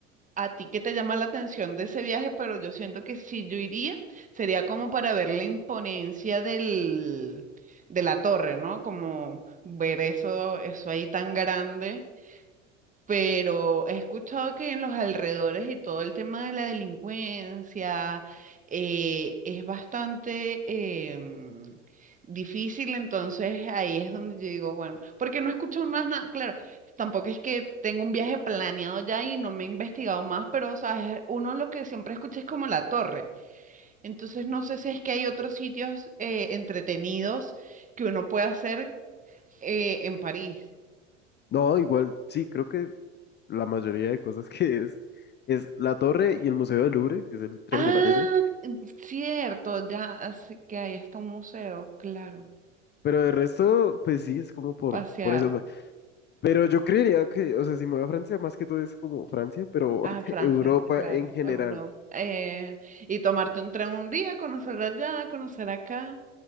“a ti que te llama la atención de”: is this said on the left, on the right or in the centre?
Right